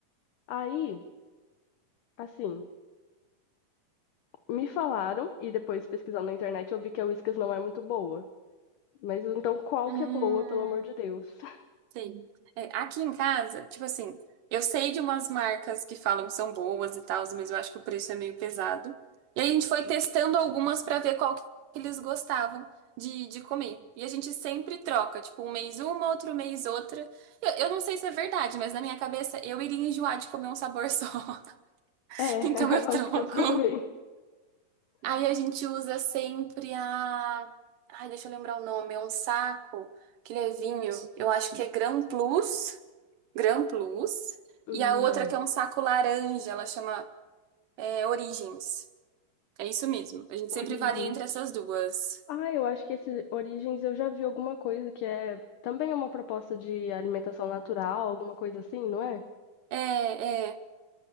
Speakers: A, on the left; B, on the right.
A: Aí, assim, me falaram, e depois pesquisando na internet eu vi que a Whiskas não é muito boa. Mas então qual
B: Hum.
A: que é boa, pelo amor de Deus? <laughs>
B: Sim. É, aqui em casa, tipo assim, eu sei de umas marcas que falam que são boas e tal, mas eu acho que o preço é meio pesado. E aí a gente foi testando algumas pra ver qual que eles gostavam de, de comer. E a gente sempre troca, tipo, um mês uma, outro mês outra. Eu, eu não sei se é verdade, mas na minha cabeça eu iria enjoar de comer um sabor só. <laughs>
A: É,
B: Então eu
A: eu acho
B: troco.
A: que eu também.
B: Aí a gente usa sempre a. Ai, deixa eu lembrar o nome, é um saco que ele é vinho. Eu acho que é Gran Plus. Gran Plus.
A: Hum,
B: E a outra que é um saco laranja, ela chama é, Origins. É isso mesmo. A gente
A: origens.
B: sempre varia entre essas duas.
A: Ah, eu acho que esse Origens eu já vi alguma coisa que é também uma proposta de alimentação natural, alguma coisa assim, não é?
B: É, é.